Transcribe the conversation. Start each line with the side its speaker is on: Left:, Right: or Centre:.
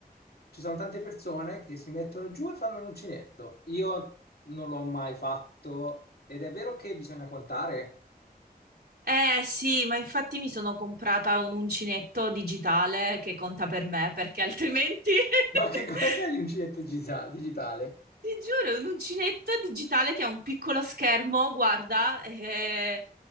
Left: Ci sono tante persone che si mettono giù e fanno un uncinetto. Io non l'ho mai fatto ed è vero che bisogna contare.
Right: eh sì, ma infatti mi sono comprata un uncinetto digitale che conta per me, perché altrimenti... <laughs>
Left: Ma che cos'è l'uncinetto gisa- digitale?
Right: Ti giuro, è un uncinetto digitale che ha un piccolo schermo, guarda, e,